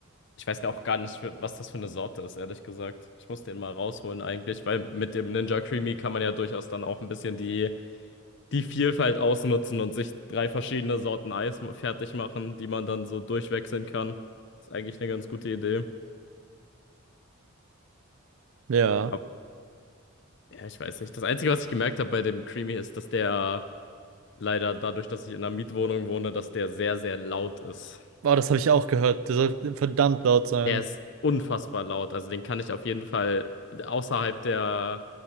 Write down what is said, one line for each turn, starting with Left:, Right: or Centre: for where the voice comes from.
Left: Ich weiß auch gar nicht, für- was das für eine Sorte ist, ehrlich gesagt. Ich muss den mal rausholen eigentlich, weil mit dem Ninja Creamy kann man ja durchaus dann auch ein bisschen die, die Vielfalt ausnutzen und sich drei verschiedene Sorten Eis m- fertig machen, die man dann so durchwechseln kann. Ist eigentlich eine ganz gute Idee.
Right: Ja.
Left: Ab- ja, ich weiß nicht. Das Einzige, was ich gemerkt habe bei dem Creamy ist, dass der leider dadurch, dass ich in einer Mietwohnung wohne, dass der sehr, sehr laut ist.
Right: Oh, das habe ich auch gehört. Der soll verdammt laut sein.
Left: Der ist unfassbar laut. Also den kann ich auf jeden Fall außerhalb der